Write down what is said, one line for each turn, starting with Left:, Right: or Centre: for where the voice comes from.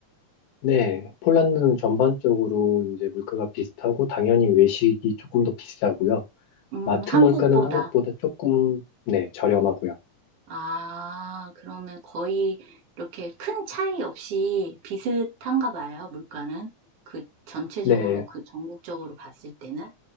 Left: 네, 폴란드는 전반적으로 이제 물가가 비슷하고 당연히 외식이 조금 더 비싸고요.
Right: 음,
Left: 마트
Right: 한국보다.
Left: 물가는 한국보다 조금 네, 저렴하고요.
Right: 아, 그러면 거의 이렇게 큰 차이 없이 비슷한가 봐요, 물가는. 그 전체적으로,
Left: 네,
Right: 그 전국적으로 봤을 때는.